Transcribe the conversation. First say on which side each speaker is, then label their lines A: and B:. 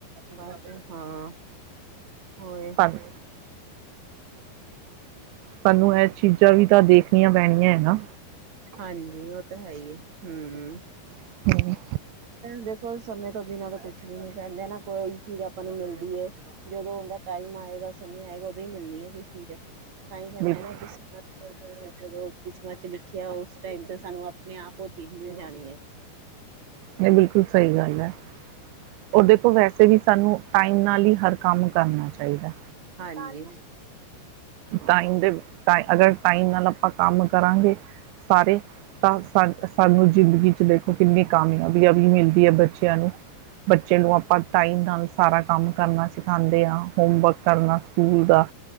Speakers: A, on the right; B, on the right.
A: ਬਸ, ਹਾਂ ਹੋਏ
B: ਧੰਨ ਸਾਨੂੰ ਇਹ ਚੀਜ਼ਾਂ ਵੀ ਤਾਂ ਦੇਖਨੀਆਂ ਪੈਨੀਆਂ ਹੈ ਨਾ।
A: ਹਾਂਜੀ ਉਹ ਤਾਂ ਹੈ ਹੀ ਐ ਹੂੰ।
B: ਹੂੰ।
A: ਦੇਖੋ ਸਮੇਂ ਤੋਂ ਬਿਨਾਂ ਤਾਂ ਕੁਛ ਵੀ ਨੀ ਕਹਿੰਦੇ ਨਾ ਕੋਈ ਚੀਜ਼ ਆਪਾਂ ਨੂੰ ਮਿਲਦੀ ਹੈ, ਜਦੋਂ ਉਹਦਾ ਟਾਈਮ ਆਏਗਾ ਸਮੇਂ ਆਏਗਾ ਉਦੋਂ ਹੀ ਮਿਲਦੀ ਹੈ ਕੋਈ ਚੀਜ਼। ਤਾਂਹੀ ਕਹਿੰਦੇ
B: ਬਿਲਕੁਲ,
A: ਨਾ <unintelligible> ਜਦੋਂ ਕਿਸਮਾਂ ਚ ਲਿਖ ਖਿਆ ਉਸ ਟਾਈਮ ਤੇ ਸਾਨੂੰ ਆਪਣੇ ਆਪ ਉਹ ਚੀਜ਼ ਮਿਲ ਜਾਣੀ ਐ।
B: ਨਹੀਂ ਬਿਲਕੁਲ ਸਹੀ ਗੱਲ ਐ।
A: ਹਾਂ
B: ਉਹਦੇ ਕੋਲ ਵੈਸੇ ਵੀ ਸਾਨੂੰ ਟਾਈਮ ਨਾਲ ਹੀ ਹਰ ਕੰਮ ਕਰਨਾ ਚਾਹੀਦਾ।
A: ਹਾਂਜੀ। ਹਾਂ
B: ਟਾਈਮ ਦੇ ਅਗਰ ਟਾਈਮ ਨਾਲ, ਆਪਾਂ ਕੰਮ ਕਰਾਂਗੇ ਸਾਰੇ ਤਾਂ ਸ ਸਾਨੂੰ ਜ਼ਿੰਦਗੀ ਚ ਦੇਖ ਕੀ ਕਿੰਨੀ ਕਾਮਯਾਬੀਆਂ ਵੀ ਮਿਲਦੀ ਹੈ ਬੱਚਿਆਂ ਨੂੰ ਬੱਚੇ ਨੂੰ ਆਪਾਂ ਟਾਈਮ ਨਾਲ ਸਾਰਾ ਕੰਮ ਕਰਨਾ ਸਿੱਖਾਂਦੇ ਆਂ। ਹੋੋਮਵਰਕ ਕਰਨਾ ਸਕੂਲ ਦਾ